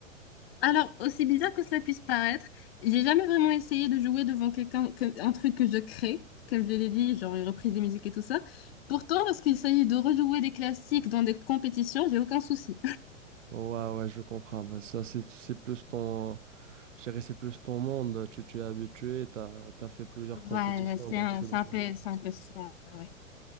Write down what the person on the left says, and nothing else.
Alors, aussi bizarre que cela puisse paraître, j'ai jamais vraiment essayé de jouer devant quelqu'un, que- un truc que je crée, comme je l'ai dit, genre une reprise de musique et tout ça. Pourtant, lorsqu'il s'agit de rejouer des classiques dans des compétitions, j'ai aucun souci.
Voilà,
c'est
un,
c'est
un peu,
c'est un peu ça, ouais.